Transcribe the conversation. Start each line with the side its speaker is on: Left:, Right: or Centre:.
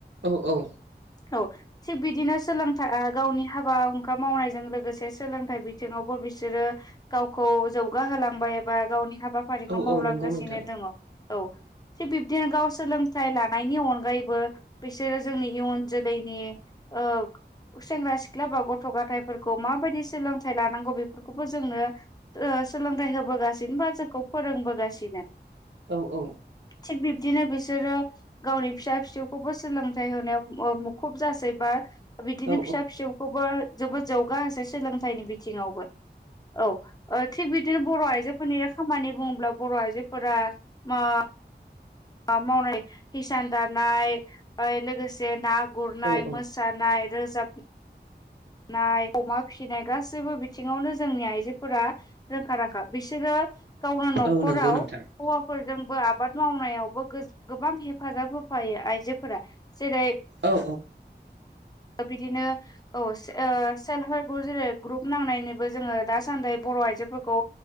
Right: औ-औ
Left: औ थिग बिदिनो सोलोंथाइ गावनि हाबा हुंखा मावनायजों लोगोसे सोलोंथाइ बिथिङावबो बिसोरो गावखौ जौगाहोलांबाय एबा गावनि हाबाफारिखौ
Right: औ
Left: मावलांगासिनो
Right: औ नंगौ नोंथां
Left: दङ। औ थिग बिब्दिनो गाव सोलोंथाइ लानायनि अनगायैबो बिसोरो जोंनि इयुन जोलैनि ओ सेंग्रा सिख्ला बा गथ' गथायफोरखौ माबायदि सोलोंथाइ लानांगौ बेफोरखौबो जोंनो ओ सोलोंथाइ होबोगासिनो बा जोंखौ फोरोंबोगासिनो।
Right: औ-औ
Left: थिग बिबदिनो बिसोरो गावनि फिसा फिसौखौबो सोलों फिथाइ होनायाव मुखुब जासै बा बिदिनो
Right: औ
Left: फिसा फिसौखौबो जोबोद जौगा होसै सोलोंथाइनि बिथिङावबो। औ थिग बिदिनो बर' आइजो फोरनि खामानि बुङोब्ला बर' आइजोफोरा मा मावनाय हिसान दानाय लोगोसे ना गुरनाय
Right: औ औ
Left: मोसानाय रोजाब नाय अमा फिसिनाय गासैबो बिथिङावनो जोंनि आइजोफोरा रोंखा रांखा। बिसोरो गावनो न'खराव
Right: औ नंगौ नोंथां
Left: हौवाफोरजों आबाद मावनायावबो गोबां हेफाजाब होफायो आ जोफोरा जेरै
Right: औ
Left: बिदिनो औ ओ सेल्फ हेल्प ग्रुप जेरै ग्रुप नांनायनिबो जोङो दासान्दि बर' आइजोफोरखौ